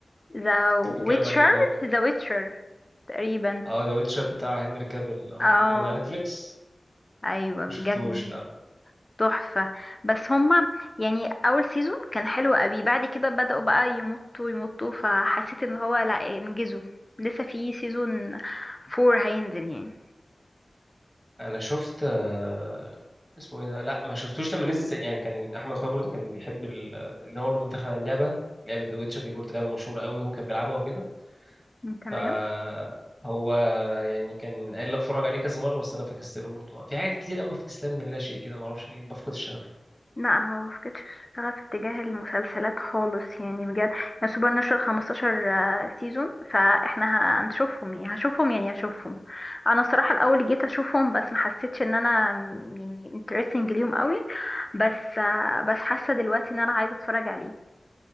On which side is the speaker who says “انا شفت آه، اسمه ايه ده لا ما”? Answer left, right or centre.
Centre